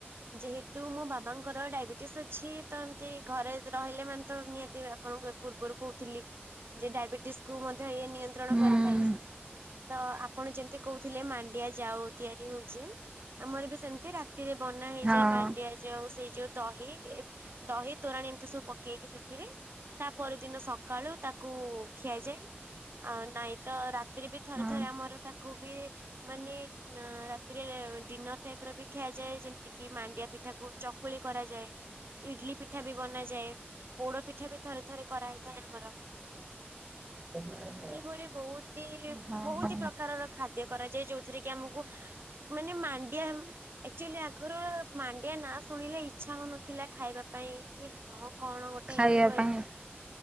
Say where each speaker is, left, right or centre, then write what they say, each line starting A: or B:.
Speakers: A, on the right; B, on the right.
A: ଯେହେତୁ ମୋ ବାବାଙ୍କର ଡାଇବେଟିସ୍ ଅଛି ତ ଏମିତି ଘରେ ରହିଲେ ମାନେ ତ ନିହାତି ବାପାଙ୍କୁକ ପୂର୍ବରୁ କହୁଥିଲି। ଯେ ଡାଇବେଟିସ୍ ମଧ୍ୟ ଇ ନିୟନ୍ତ୍ରଣ
B: ହୁଁ
A: କରିଥାଏ
B: ହଁ।
A: ତ ଆପଣ ଯେମତି ଥିଲେ ମାଣ୍ଡିଆ ଯାଉ ତିଆରି ହୋଉଛି ଆମର ବି ସେମିତି ରାତିରେ ବନା ହେଇଯାଏ
B: ହଁ
A: ମାଣ୍ଡିଆ। ଯେଉ ସେଇ ଯୋଉ ଦହି ଦହି ତୋରାଣି ଏମିତି ସବୁ ପକେଇକି ସେଥିରେ। ତା ପରଦିନ ସକାଳୁ ତାକୁ ଖିଆଯାଏ। ଆ ନାଇ ତ ରାତିରେ ବି ଥରେ
B: ହଁ
A: ଥରେ ଆମର ତାକୁ ବି ମାନେ ନ ରାତିରେ ଡିନର ଟାଇପି ର ବି ଖିଆଯାଏ ଯେମିତି କି ମାଣ୍ଡିଆ ପିଠା କୁ ଚକୁଳି କରାଯାଏ ଇଟିଲି ପିଠା ବି ବନାଯାଏ। ପୋଡ ପିଠା ବି ଥରେ ଥରେ କରାହେଇଥାଏ ଆମର।
B: <inaudible>
A: ଏଇଭଳି ବୋହୁତି
B: ହଁ
A: ବୋହୁତି
B: ହଁ
A: ପ୍ରକାରର। ଖାଦ୍ୟ କରାଯାଏ ଯୋଉଥିରେ କି ଆମକୁ ମାନେ ମାଣ୍ଡିଆ। ଆକ୍ଚୁଆଲି ଆଗରୁ ମାଣ୍ଡିଆ ନା ଶୁଣିଲେ ଇଛା ହୋଉନଥିଲା ଖାଇବା ପାଇଁ କି। ହଁ କଣ ଗୋଟେ
B: ଖାଇବା
A: ହେଇଥିବ
B: ପାଇଁ
A: ଏଇସେ।